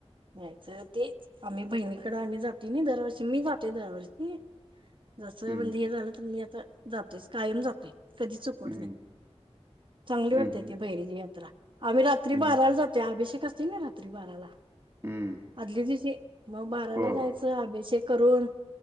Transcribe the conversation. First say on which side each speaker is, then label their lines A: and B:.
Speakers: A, on the right; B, on the right.
A: यायचं तेच आम्ही बहिणीकडे आम्ही जातोय नाय दरवर्षी मी जातोय दरवर्षी जस म्हणजे
B: हम्म
A: हे झालं तर मी आता जातोच कायम जातोयच. कधी चुकवत
B: हम्म
A: नाही चांगली
B: हम्म
A: वाटते त बहिरीनी यात्रा. आम्ही रात्री
B: हम्म
A: बाराला जातो अभिषेक असतोय ना रात्री बाराला.
B: हम्म
A: आदली दिवशी मग बाराला
B: हो
A: जायचं अभिषेक करून